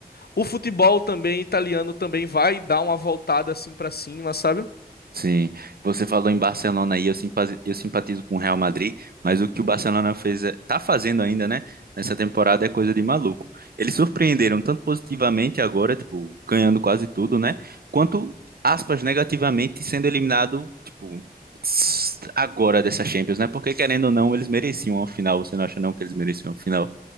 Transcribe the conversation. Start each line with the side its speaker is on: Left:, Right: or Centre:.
Left: o futebol também italiano também vai dar uma voltada assim para cima, sabe?
Right: Sim, você falou em Barcelona aí, eu simpatizo, eu simpatizo com o Real Madrid, mas o que o Barcelona fez, é- tá fazendo ainda, né, nessa temporada é coisa de maluco. Eles surpreenderam tanto positivamente agora, tipo, ganhando quase tudo, né, quanto, aspas, negativamente sendo eliminado, tipo, tss, agora dessa Champions, né, porque querendo ou não, eles mereciam a final, você não acha não que eles mereciam a final?